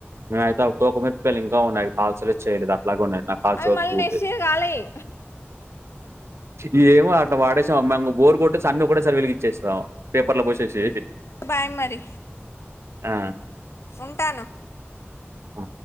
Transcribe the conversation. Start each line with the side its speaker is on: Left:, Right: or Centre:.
Right: నేను అయితే అవొకోపాలు ఇంకా ఉన్నాయి అవి కాల్చలేదు చేయలేదు లాగున్నాయి నాకు కాల్చబుది
Left: అవి మళ్ళీ
Right: అవలేదు
Left: నెక్స్ట్ ఇయర్ కాలేయి
Right: ఇ ఏమో అట్లా వాడేసాం మేము బోర్ కొట్టే అన్ని కూడా సరి వెలిగచ్చేస్తాం పేపర్ లో పోచ్చేసి
Left: బై మరి
Right: ఆ
Left: ఉంటాను
Right: ఆ